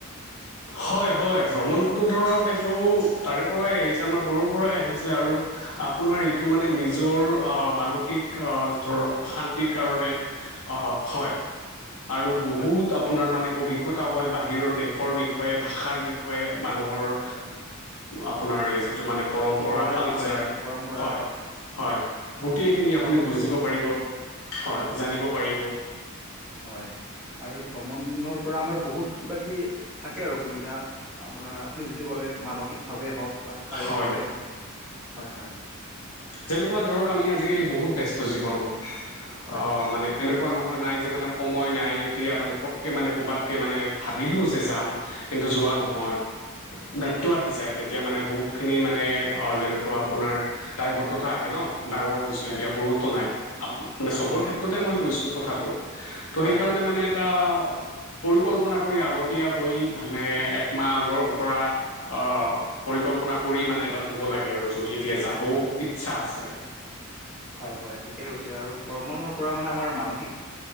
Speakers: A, on the left; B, in the centre.
A: হয় হয় ভ্ৰমণটোতো ধৰক এইটো তাৰে পৰাই আহিছে আমাৰ সৰুৰ পৰাই আহিছে আৰু আপোনাৰ এইটো মানে নিজৰ অ মানসিক ধৰক শান্তিৰ কাৰণে অ হয় আৰু বহুত
B: হয়
A: আপোনাৰ মানে অভিজ্ঞতা হয় বাহিৰৰ দেশৰ বিষয়ে ভাষাৰ বিষয়ে মানুহৰ
B: হয়
A: আপোনাৰ এই যিটো মানে পৰম্পৰা
B: সভ্যতাৰ
A: কালচাৰ
B: বিষয়ে পৰম্পৰা
A: হয় হয় গোটেইখিনি
B: ভ্ৰমণটো
A: আপুনি বুজিব পাৰিব হয় জানিব পাৰিব
B: হয় আৰু এই ভ্ৰমণৰ পৰা আমাৰ বহুত কিবা কিবি থাকে আৰু সুবিধা আাৰ আ আপুনি যিটো ক'লে মানসিকভাৱে হওক বা শাৰীৰিক
A: হয়
B: ভাৱে হওক হয় হয়
A: যেনেকুৱা
B: হয়
A: ধৰক আমি আজিকালি বহুত ব্যস্ত জীৱনত
B: হয়
A: আহ মানে এনেকুৱা নহয় নাই যে মানে সময় নাই এতিয়া মানে পটকৈ মানে ক'ৰবাতকৈ মানে ভাবিলোঁ যে যাম কিন্তু যোৱা নহয়
B: হয়
A: দায়িত্ব
B: হয়
A: আহি যায় তেতিয়া মানে বহুতখিনি মানে যেনেকুৱা আপোনাৰ টাই ভত তথা আহে ন ডাঙৰ হৈছ
B: লাইফত
A: এতিয়া সৰুতো নাই আ মানে
B: সৰু
A: চবৰ
B: নাই
A: ক্ষেত্ৰতে
B: হয়
A: মই কৈছো কথাটো ত'
B: হয়
A: সেইকাৰণে
B: হয়
A: মানে এটা পৰিকল্পনা কৰি আগতীয়া কৰি ভালে একমাহ আগৰ পৰা আহ পৰিকল্পনা কৰি মানে এাত থ'ব লাগে আৰু যদি এতিয়া যাব ইচ্ছা আছে
B: হয় হয় ঠিকেই কৈছে আৰু ভ্ৰমণৰ পৰা মানে আমাৰ মানসিক